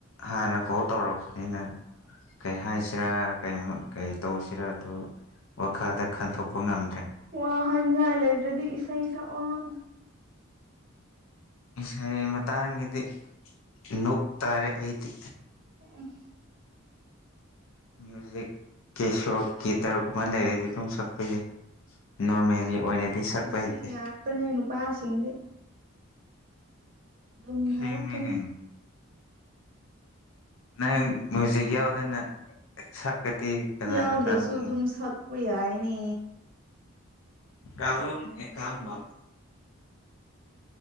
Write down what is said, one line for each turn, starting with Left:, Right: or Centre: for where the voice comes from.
Left: ꯍꯥꯟꯅ ꯀꯣꯜ ꯇꯧꯔꯛꯄꯅꯤꯅ ꯀꯩ ꯍꯥꯏꯁꯤꯔꯥ ꯀꯩ ꯇꯧꯁꯤꯔ ꯑꯗꯨ ꯋꯥꯈꯜꯗ ꯈꯟꯊꯣꯛꯄ ꯉꯝꯗ꯭ꯔꯦ
Right: ꯋꯥ ꯍꯥꯏꯅꯤꯡꯉꯥꯏ ꯂꯩꯗ꯭ꯔꯗꯤ ꯏꯁꯩ ꯁꯛ ꯑꯣ
Left: ꯏꯁꯩ ꯃꯇꯥꯡꯒꯤꯗꯤ ꯅꯣꯞ ꯇꯥꯔꯦ ꯑꯩꯗꯤ
Right: ꯎꯝ
Left: ꯃ꯭ꯌꯨꯖꯤꯛ ꯀꯦꯁꯣ ꯀꯇꯔꯒꯨꯝꯕ ꯂꯩꯔꯗꯤ ꯑꯗꯨꯝ ꯁꯛꯄ ꯌꯥꯏ ꯅꯣꯔꯃꯦꯜꯂꯤ ꯑꯣꯏꯅꯗꯤ ꯁꯛꯄ
Right: ꯑꯁꯤ
Left: ꯍꯩꯇꯦ
Right: ꯉꯥꯛꯇꯅꯦ ꯅꯨꯄꯥꯁꯤꯡꯗꯤ ꯑꯗꯨꯝ
Left: ꯁꯦꯝꯅꯤ
Right: ꯍꯥꯏꯔꯛꯀꯅꯤ
Left: ꯀꯩꯅꯣ ꯅꯪ ꯃꯨꯏꯖꯤꯛ ꯌꯥꯎꯗꯅ ꯁꯛ ꯑꯗꯤ ꯀꯅꯥꯅ
Right: ꯌꯥꯎꯗ꯭ꯔꯁꯨ
Left: ꯇꯥꯕ ꯉꯝꯃꯣꯏ
Right: ꯑꯗꯨꯝ ꯁꯛꯄ ꯌꯥꯏꯅꯦ
Left: ꯀꯔꯣꯡꯅꯤ <unintelligible>